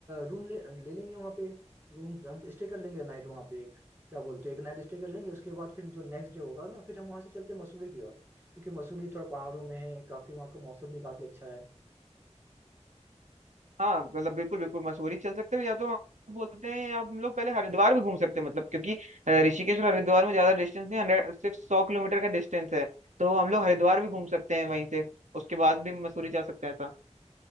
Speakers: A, on the right; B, on the right.
A: रूम ले ले लेंगे वहाँ पे रूम हम स्टे कर लेंगे नाइट वहाँ पे एक क्या बोलते हैं एक नाइट स्टे कर लेंगे उसके बाद फिर जो नेक्स्ट डे होगा ना फिर हम वहाँ से चलते हैं मसूरी की ओर क्योंकि मसूरी थोड़ा पहाड़ों में है काफ़ी वहाँ का मौसम भी काफ़ी अच्छा है
B: हाँ मतलब बिल्कुल बिल्कुल मसूरी चल सकते हो या तो हम बोलते हैं या हम लोग पहले हरिद्वार भी घूम सकते हैं मतलब क्योंकि अ, ऋषिकेश और हरिद्वार में ज्यादा डिस्टेंस नहीं हंड्रेड सिर्फ सौ किलोमीटर का डिस्टेंस है तो हम लोग हरिद्वार भी घूम सकते हैं वहीं से उसके बाद भी मसूरी जा सकते हैं ऐसा